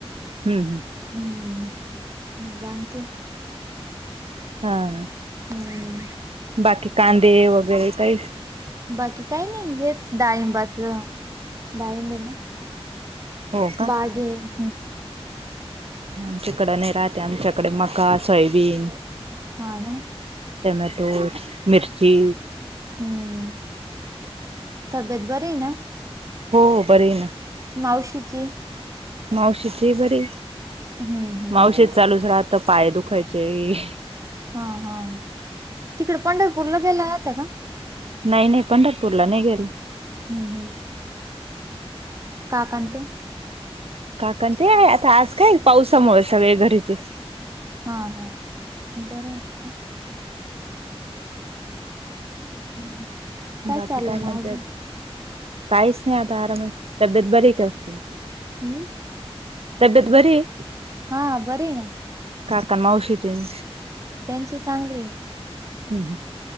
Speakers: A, on the right (about 70°); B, on the right (about 30°).
A: हुं हुं.
B: उं हुं बाधतेत.
A: हां हां.
B: हुं.
A: बाकी कांदे वगैरे कायी?
B: बाकी कायी नायी हेच डाळिंबाचं डाळिंबयं नां.
A: हो का
B: बागयं.
A: आमच्याकड नायी राहते, आमच्याकडे मका, सोयाबीन.
B: हां नां.
A: टेमॅटो, मिर्ची.
B: हुं तब्येत बरीयं नां?
A: हों बरीयं नां.
B: मावशीची
A: मावशीची हीं बरी.
B: हुं हुं.
A: मावशीे चालूच राहत पाय दुखायचेये.
B: हां हां तिकडं पंढरपूरला गेल्या नव्हत्या का?
A: नायी नायी पंढरपूरला नायी गेलो.
B: हुं हुं.
A: <inaudible>
B: काकानं ते
A: काका ते आता आज काय पावसामुळ सगळे घरीचेत
B: हा हा बरं म काय. हम्म.
A: बाकी
B: चाललं
A: काय म्हणतायत.
B: मग अजून
A: काइच नाय आता आराम. तब्येत बरी का तुमची?
B: हम्म.
A: तब्येत बरीय?
B: हा बरीय ना.
A: काकान मावशी तेन?
B: त्यांची चांगलीये.
A: हम्म हम्म.